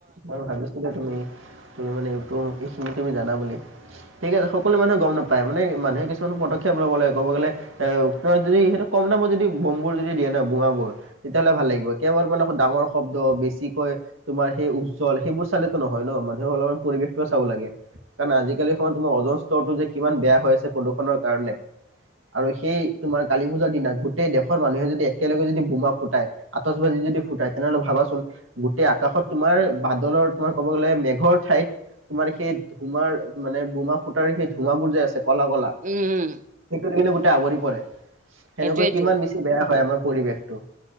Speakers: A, on the right (about 80°); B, on the right (about 40°).
A: মই ভাবিছিলো তুমি তুমি মানে এইখিনি তুমি জানা বুলি, ঠিক আছে সকলো মানুহে গম নাপায় মানে মানুহে কিছুমান পদক্ষেপ ল'ব লাগে কব গ'লে এ, ওপৰত যদি সেইটো কম দামত যদি বোমবোৰ যদি দিয়ে ন বোৱাবোৰ তেতিয়া তেলে ভাল লাগিব কেৱল মানে ডাঙৰ শব্দ বেছিকৈ তোমাৰ সেই উজ্জ্বল সেইবোৰ চালেতো নহয় ন, মানুহে অলপমান পৰিৱেশটোওঁ চাব লাগে কাৰণ আজি আজিকালি সময় তোমাৰ অ'জন স্তৰটো যে কিমান বেয়া হৈ আছে প্ৰদূষণৰ কাৰণে। আৰু সেই তোমাৰ কালী পূজাৰ দিনা গোটেই দেশৰ মানুহে যদি একেলগে যদি বোমা ফুটাই আটচবাদি যদি ফুটাই তেনেহ'লে ভাবাচোন গোটেই আকাশত তোমাৰ বাদলৰ তোমাৰ ক'ব গ'লে মেঘৰ ঠাইত তোমাৰ সেই ধোমাৰ মানে বোমা ফুটাৰ সেই ধোমাবোৰ যে আছে কলা কলা,
B: উম উম
A: সেইটো কিন্তু গোটেই আৱৰি পৰে, সেনেকুৱা
B: সেইটোয়েতো
A: কিমান বেছি বেয়া হয় আমাৰ পৰিৱেশটো